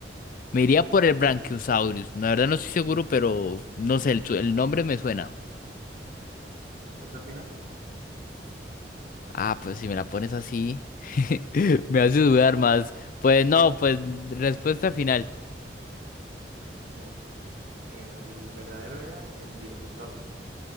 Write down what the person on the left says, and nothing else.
me iría por el Brachiosaurus. La verdad no estoy seguro, pero no sé, el, su- el nombre me suena.
Ah, pues si me la pones así, <laughs> me hace dudar más. Pues no, pues respuesta final.